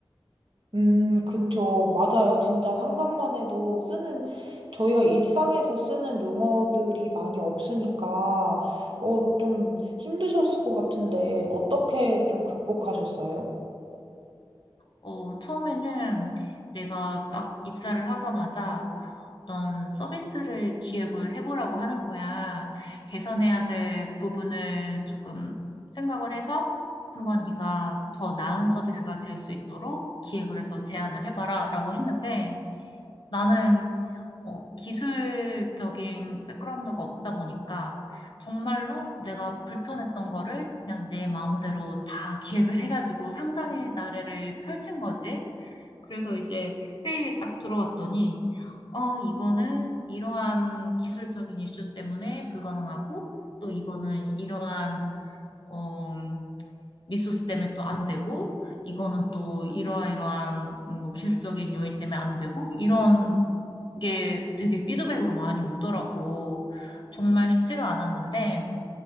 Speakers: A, on the right; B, on the left.
A: 음, 그쵸. 맞아요. 진짜 상상만 해도 쓰는, 저희가 일상에서 쓰는 용어들이 많이 없으니까, 어, 좀 힘드셨을 것 같은데, 어떻게 좀 극복하셨어요?
B: 어, 처음에는 내가 딱 입사를 하자마자 어떤 서비스를 기획을 해보라고 하는 거야. 개선해야 될 부분을 조금 생각을 해서 한번 네가 더 나은 서비스가 될 수 있도록 기획을 해서 제안을 해봐라라고 했는데 나는 어, 기술적인 백그라운드가 없다 보니까 정말로 내가 불편했던 거를 그냥 내 마음대로 다 기획을 해가지고 상상의 나래를 펼친 거지. 그래서 이제 회의에 딱 들어갔더니, 어, 이거는 이러한 기술적인 이슈 때문에 불가능하고, 또 이거는 이러한, 어, 리소스 때문에 또 안 되고, 이거는 또 이러한 이러한 뭐 기술적인 요인 때문에 안 되고, 이런 게 되게 피드백으로 많이 오더라고. 정말 쉽지가 않았는데,